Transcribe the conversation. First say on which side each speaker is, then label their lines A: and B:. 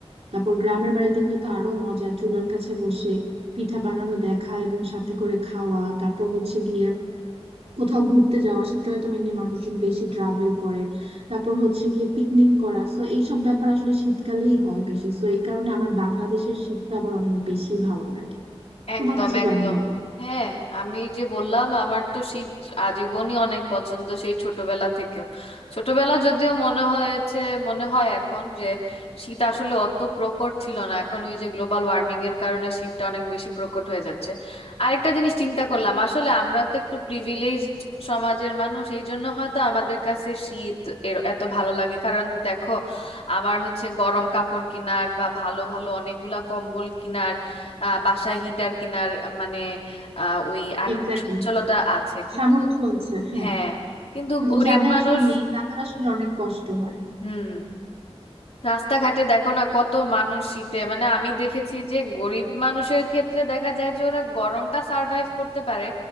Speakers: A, on the right (about 70°); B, on the left (about 70°).
A: তারপর গ্রামের বাড়িতে গেলে তো আরো মজা চুলার কাছে বসে পিঠা বানানো দেখা এবং সাথে করে খাওয়া তারপর হচ্ছে গিয়ে কোথাও ঘুরতে যাওয়া শীতকালে তো মেনলি মানুষজন বেশি ট্রাভেল করে তারপর হচ্ছে গিয়ে পিকনিক করা তো এইসব ব্যাপার আসলে শীতকালেই হয় বেশি তো এই কারণে আমার বাংলাদেশের শীতটা আবার অনেক বেশি ভালো লাগে তোমার
B: একদম
A: কাছে কেমন
B: একদম
A: লাগে
B: হ্যাঁ আমি যে বললাম আমার তো শীত আজীবনই অনেক পছন্দ সেই ছোটবেলা থেকেও ছোটবেলা যদিও মনে হয়েছে মনে হয় এখন যে শীত আসলে অত প্রকট ছিল না এখন ওই যে গ্লোবাল ওয়ার্মিং এর কারণে শীতটা অনেক বেশি প্রকট হয়ে যাচ্ছে আরেকটা জিনিস চিন্তা করলাম আসলে আমরা তো একটু প্রিভিলেজড সমাজের মানুষ এই জন্য হয়তো আমাদের কাছে শীত এর এত ভালো লাগে কারণ দেখো আমার হচ্ছে গরম কাপড় কিনার বা ভালো ভালো অনেকগুলা কম্বল কিনার আহ বাসায় হিটার কিনার মানে আহ ওই আর্থিক
A: এক্স্যাক্টলি
B: সচ্ছলতা আছে কিন্তু
A: সামর্থ্য আছে হ্যাঁ
B: হ্যাঁ কিন্তু
A: কিন্তু
B: গরিব
A: যাদের
B: মানুষ
A: আসলে নেই তাদের আসলে অনেক কষ্ট হয়
B: হুম রাস্তাঘাটে দেখো না কত মানুষ শীতে মানে আমি দেখেছি যে গরিব মানুষের ক্ষেত্রে দেখা যায় যে ওরা গরমটা সার্ভাইভ করতে পারে